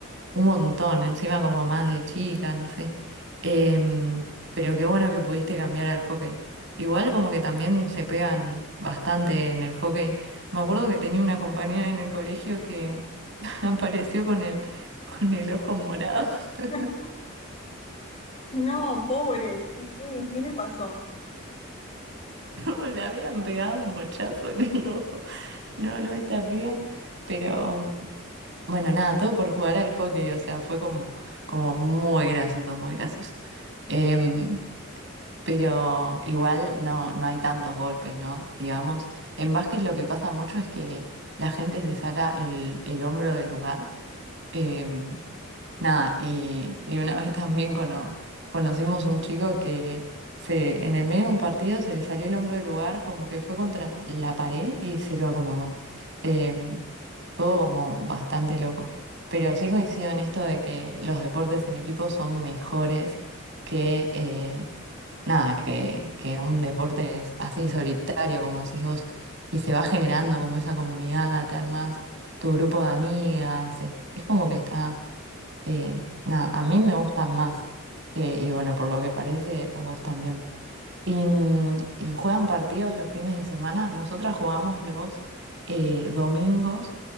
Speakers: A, on the right (about 60°); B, on the left (about 30°).
A: Un montón, encima como más de chica, no sé. Em, pero qué bueno que pudiste cambiar al hockey. Igual como que también se pegan bastante en el hockey. Me acuerdo que tenía una compañera en el colegio que <laughs> apareció con el, con el ojo morado. <laughs>
B: <laughs> No, pobre, ¿y qué, qué le pasó?
A: No, le habían pegado un bochazo en el ojo. No, no, esta piba. Pero mm, bueno, nada, todo por jugar al hockey. O sea, fue como, como muy gracioso, muy gracioso. Em, Pero igual no, no hay tantos golpes, ¿no? Digamos, en básquet lo que pasa mucho es que la gente se saca el, el hombro del lugar. Em, nada, y, y una vez también cono- conocimos un chico que se, en el medio de un partido se le salió el hombro del lugar como que fue contra la pared y se lo acomodó. Em, todo como bastante loco. Pero sí coincido en esto de que los deportes en equipo son mejores que, eh, nada, que, que un deporte es así solitario, como decís vos, y se va generando como esa comunidad, te armas tu grupo de amigas, es, es como que está, eh, nada, a mí me gustan más, eh, y bueno, por lo que parece, a vos también. Y, mm, y juegan partidos los fines de semana. Nosotras jugamos los eh, domingos,